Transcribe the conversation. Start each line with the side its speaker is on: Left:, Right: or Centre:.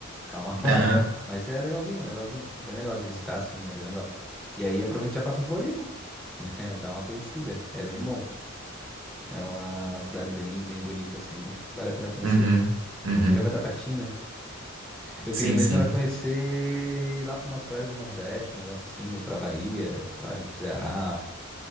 Centre: Calma <laughs> lá.
Right: Aham.
Centre: Mas é legalzinho, é legalzinho. É bem legal de visitar, sim, é bem legal. E aí aproveita e já passa em Floripa, pô. <laughs> É, Dá uma conhecida. É bem bom. É uma cidade bem, bem bonita, assim. Vale a pena conhecer.
Right: Uhum. Uhum.
Centre: Já vai estar pertinho, né? Eu
Right: Sim,
Centre: queria mesmo
Right: sim.
Centre: era conhecer ir lá para umas praias do Nordeste, um negócio assim, pra Bahia, sei lá, ir pro Ceará,